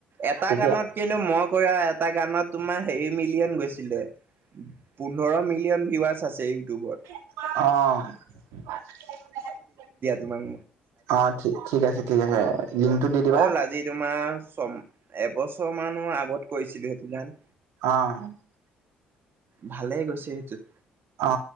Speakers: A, on the right (about 45°); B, on the right (about 65°).
A: এটা
B: তেতিয়া
A: গানত কিন্তু মই কৰি আৰু এটা গানত তোমাৰ হেৰি মিলি মিলিয়ন গৈছিলে পোন্ধৰ মিলিয়ন ভিউৱাৰচ আছে ইউটিউবত।
B: অ',
A: ইমান
B: অ, ঠিক আছে - ঠিক আছে। লিংকটো দি দিবা
A: হ'ল আজি তোমাৰ ছম এবছৰ মানৰ আগত কৰিছিলো সেইটো জান
B: অ',
A: ভালেই গৈছে সেইটোত।
B: অ,